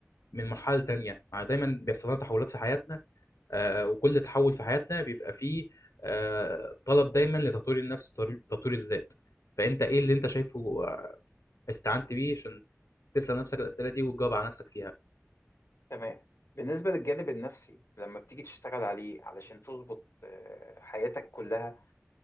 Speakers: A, on the left (about 85°); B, on the left (about 60°).
A: من مرحلة تانية يعني دايما بيحصل لنا تحولات في حياتنا آه، وكل تحول في حياتنا بيبقى فيه آه، طلب دايما لتطوير النفس وتطوير تطوير الذات فانت ايه اللي انت شايفه آه، استعنت بيه عشان تسأل نفسك الأسئلة دي وتجاوب على نفسك فيها
B: تمام بالنسبة للجانب النفسي لما بتيجي تشتغل عليه علشان تظبط آه، حياتك كلها